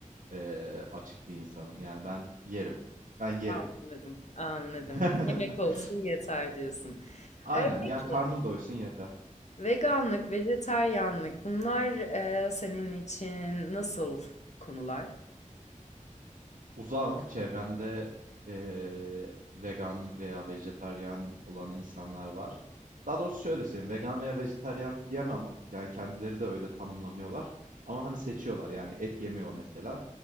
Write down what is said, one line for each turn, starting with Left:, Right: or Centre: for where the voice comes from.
Right: eee, açık bir insanım. Yani ben yerim. Ben yerim.
Left: Anladım, anladım.
Right: <laughs>
Left: Yemek olsun yeter diyorsun.
Right: Aynen.
Left: E, peki,
Right: Yani karnım doysun yeter.
Left: veganlık, vejetaryenlik bunlar e, senin için nasıl konular?
Right: Uzağım. Çevremde eee, vegan veya vejetaryen olan insanlar var. Daha doğrusu şöyle söyleyeyim. Vegan veya vejetaryen diyemem. Yani kendileri de öyle tanımlamıyorlar. Ama hani seçiyorlar. Yani et yemiyor mesela.